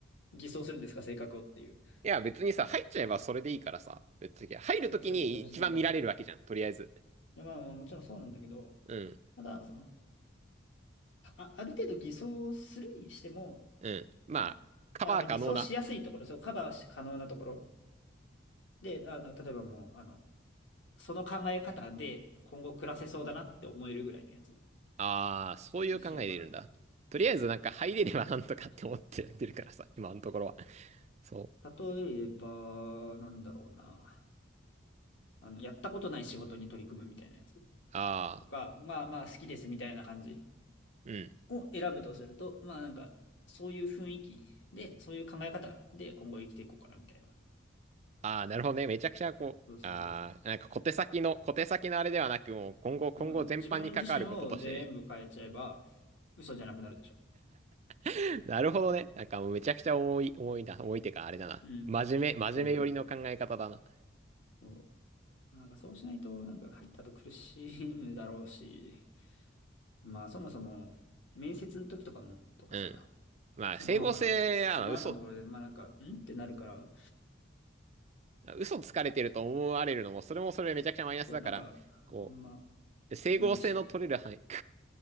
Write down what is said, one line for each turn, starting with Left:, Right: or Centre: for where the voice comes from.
Left: 偽装するんですか、性格をっていう。
Right: いや、別にさ、入っちゃえばそれでいいからさ。別に、入るときに一番見られるわけじゃん、
Left: それはそれでいいかもしれないけど、
Right: とりあえず。
Left: いやまあ、まあもちろんそうなんだけど、
Right: うん、
Left: ただ、その、あ、ある程度偽装するにしても、
Right: うん。まあ、
Left: その
Right: カバー可能な。
Left: まあ、なんか偽装しやすいところ、そう、カバーし可能なところ。で、あの、例えばもう、あの、その考え方で今後暮らせそうだなって思えるぐらいのやつ
Right: ああ、そういう考えでいるんだ。
Left: にしようかな。
Right: とりあえずなんか入れればなんとかって思ってやってるからさ、
Left: そう。
Right: 今のところは。そう。
Left: 例えば、なんだろうな。あの、やったことない仕事に取り組むみたいなやつ
Right: ああ、
Left: とか、まあまあ好きですみたいな感じ
Right: うん。
Left: を選ぶとすると、まあなんか、そういう雰囲気で、そういう考え方で今後生きていこうかなみたいな。
Right: ああ、なるほどね。めちゃくちゃこう、
Left: そうそうそうそう。
Right: ああ、なんか小手先の、小手先のあれではなく、もう今後、
Left: もう自分自身を全部変えちゃえば
Right: 今後全般に関わることとしてね。
Left: 嘘じゃなくなるでしょ。
Right: <laughs> なるほどね。なんかもうめちゃくちゃ重い、重いな、重いてかあれだな。
Left: うん。
Right: 真面目、
Left: 結構思
Right: 真面目寄りの考え方だな。
Left: う。なんかそうしないと、なんか入った後苦しむだろうし、まあそもそも、面接の時とかも、とかさ、
Right: うん。まあ、
Left: その他の、
Right: 整合性は、
Left: そその後のところで、
Right: まあ、嘘、
Left: まあなんか、んってなるから、
Right: 嘘つかれてると思われるのも、それもそれめちゃくちゃマイナスだから、
Left: そう、なんか、
Right: こ
Left: あんま、
Right: う、整合性の取れる範囲。
Left: キモいし、